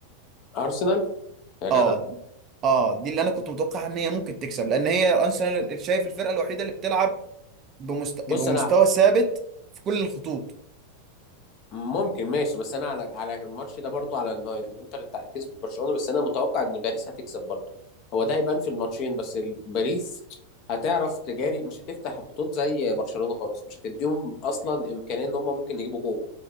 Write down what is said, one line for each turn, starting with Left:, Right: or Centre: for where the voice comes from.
Left: ارسنال يا
Right: اه
Left: جدع
Right: اه دي اللي انا كنت متوقع ان هي ممكن تكسب لان هي ارسنال اللي شايف الفرقة الوحيدة اللي بتلعب بمست...
Left: بص
Right: بمستوى
Left: انا
Right: ثابت في كل الخطوط
Left: ممكن ماشي بس انا على على الماتش ده برضو على إن الانتر تع- كسبت برشلونة بس انا متوقع ان باريس هتكسب برضو هو ده هيبان في الماتشين بس ال- باريس هتعرف تجاري مش هتفتح الخطوط زي برشلونة خالص مش هتديهم اصلا امكانية ان هم ممكن يجيبوا جول